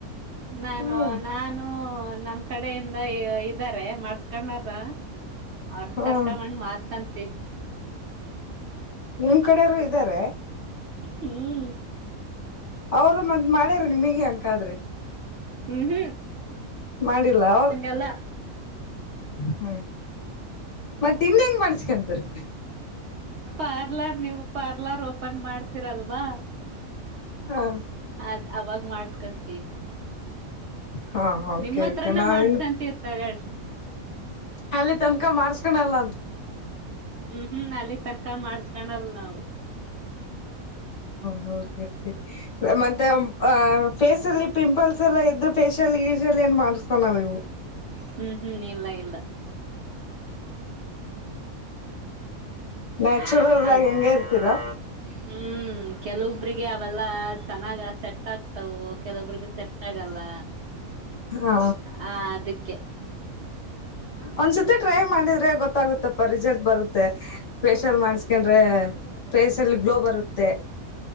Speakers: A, on the right (about 60°); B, on the left (about 55°).
A: ನಾನು
B: ಹ್ಮ್
A: ನಾನು ನಮ್ ಕಡೆಯಿಂದ ಇದ. ಇದಾರೆ ಮಾಡಾರ್ಸ್ಕೊಂಡಾರ್ರ ಅವ್ರನ್
B: ಹ್ಮ್
A: ಕರ್ಕೊಂಡ ಬಂದ್ ಮಾಡಿಸ್ಕೊಂತೀವಿ.
B: ನಿಮ್ ಕಡೆಯರು ಇದ್ದಾರೆ.
A: ಹ್ಮ
B: ಅವರು ಮದ್ ಮಾಡ್ಯಾರ ನಿಮಗೆ ಹಕಾದ್ರೆ
A: ಹ್ಮ್
B: ಮಾಡಿಲ್ಲ ಅವ.
A: ಎಲ್ಲಾ
B: ಹ್ಮ ಮತ್ತ ಇನ್ ಹೆಂಗ್ ಮಾಡ್ಸ್ಕಂತರಿ.
A: ಪಾರ್ಲರ್ ನೀವು ಪಾರ್ಲರ್ ಓಪನ್ ಮಾಡ್ತೀರಲ್ವಾ.
B: ಹ
A: ಅದ ಅವಾಗ ಮಾಡ್ಸ್ಕಂತೀವಿ
B: ಹಾ ಓಕೆ
A: ನಿಮ್ಮ ಹತ್ರನೇ
B: ಓಕೆ ನಾವಿನ್
A: ಮಾಡ್ಸ್ಕೊಂತ ತಗಳ್ರಿ.
B: ಅಲ್ಲಿ ತನ್ಕ ಮಾಡ್ಸ್ಕನಲ್ಲ ಅಂತ.
A: ಹ್ಮ್ ಹ್ಮ್ ಅಲ್ಲಿ ತನ್ಕಾ ಮಾಡ್ಸ್ಕೊಂಡಲ್ ನಾವು
B: ಹ್ಮ್ ಮತ್ತೆ ಫೇಸ್ಲ್ಲಿ ಪಿಂಪಲ್ಸ್ ಎಲ್ಲ ಇದ್ರರು ಫೇಶಲ್ ಗಿಶಲ್ ಏನ್ ಮಾಡ. ನೀವು
A: ಹ್ಮ್ ಹ್ಮ್ ಇಲ್ಲ ಇಲ್ಲ.
B: ನ್ಯಾಚುರಲ್
A: ಅದ
B: ಆಗಿ ಹೆಂಗೆ ಇರ್ತೀರಾ
A: ಹ್ಮ್. ಕೆಲವೊಬ್ರಿಗೆ ಅವೆಲ್ಲ ಚೆನ್ನಾಗ ಸೆಟ್ ಆಗ್ತವು ಕೆಲವೊಬ್ರಿಗೆ ಸೆಟ್ ಆಗಲ್ಲ. <inaudible>
B: ಹಾ.
A: ಹಾ ಅದಿಕ್ಕೆ.
B: ಒಂದ್ಸತಿ ಟ್ರೈ ಮಾಡಿದ್ರೆ ಗೊತ್ತಾಗುತ್ತೆ. ರಿಸಲ್ಟ್ ಬರುತ್ತೆ ಫೇಶಿಯಲ್ ಮಾಡಸ್ಕೊಂಡ್ರೆ ಫೇೇಶಲ್ಲಿ ಗ್ಲೋ ಬರುತ್ತೆ.